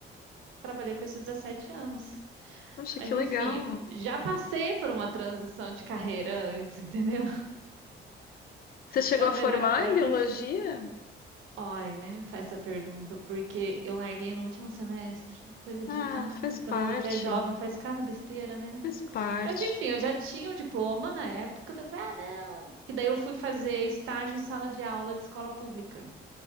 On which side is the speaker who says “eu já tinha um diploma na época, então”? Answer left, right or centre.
Right